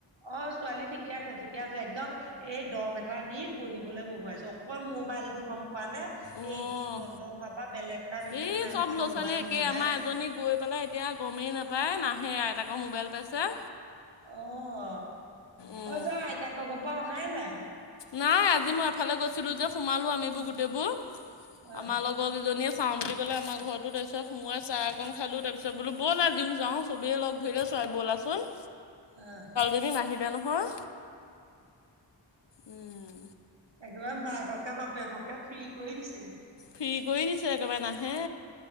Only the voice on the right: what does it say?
অ ছোৱালী ঠিকে আছে! ঠিকে আছে! একদম এই দম এটা দি পঢ়িবলৈ বহুৱাইছো অকল মোবাইল! গম পোৱা নে?
এই স্কুল বন্ধ হোৱাৰ পৰা বেলেগ! কাম একো
নাই
অকল
মোবাইল
মোবাইল
অঁ
কৈছা, আইতাকৰ ঘৰত তই আহাই নাই।
অ
অহ
একেবাৰে মাককে, বাপেককে ফ্ৰী কৰি দিছে।